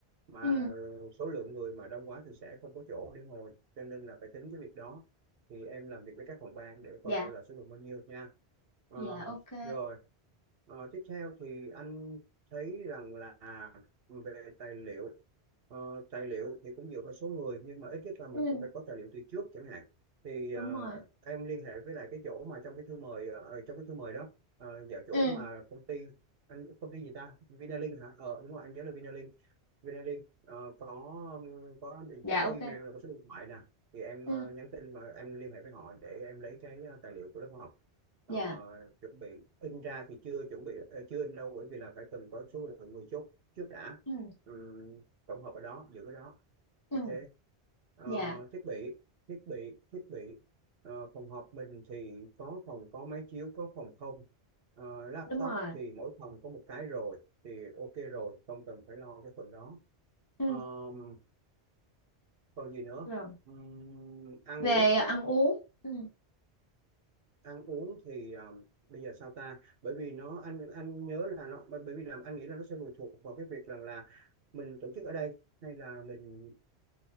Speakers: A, on the right (about 60°); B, on the left (about 20°).
A: mà
B: ừ
A: số lượng người mà đông quá thì sẽ không có chỗ để ngồi cho nên là phải tính cái việc đó thì em làm việc với các phòng ban để
B: dạ
A: coi coi là số lượng bao nhiêu nha Ờ,
B: dạ ok
A: rồi Ờ, tiếp theo thì anh thấy rằng là về tài liệu Ờ, tài liệu thì cũng dựa vào số người nhưng mà ít nhất là mình
B: ừ
A: cũng phải có tài liệu từ trước chẳng hạn thì
B: đúng
A: ờ,
B: rồi
A: em liên hệ với lại cái chỗ mà trong cái thư mời ờ, ờ, trong cái thư mời đó uh, vào chỗ
B: ừ
A: mà công ty anh công ty gì ta Vinalink hả ờ đúng rồi anh nhớ là Vinalink VNID ờ, có um, có địa
B: dạ
A: chỉ- có
B: ok
A: email là có số điện thoại nè thì em
B: ừ
A: ờ, nhắn tin và em liên hệ với họ để em lấy cái ờ, tài liệu của lớp học Ờ,
B: dạ
A: chuẩn bị in ra thì chưa chuẩn bị ờ, chưa in đâu bởi vì là phải cần có số lượng người chốt trước đã
B: ừ
A: Ừm, tổng hợp ở đó giữ ở đó
B: ừ
A: ok Ờ,
B: dạ
A: thiết bị thiết bị thiết bị Ờ, phòng họp mình thì có phòng có máy chiếu có phòng không Ờ, laptop
B: đúng rồi
A: thì mỗi phòng có một cái rồi thì ok rồi không cần phải lo cái phần đó
B: ừ
A: Ờm, còn gì nữa
B: rồi
A: Ừm, ăn
B: về
A: uống
B: ăn uống ừ
A: ăn uống thì ờm, bây giờ sao ta bởi vì nó anh anh nhớ là nó bởi bởi vì làm anh nghĩ là nó sẽ phụ thuộc vào cái việc rằng là mình tổ chức ở đây hay là mình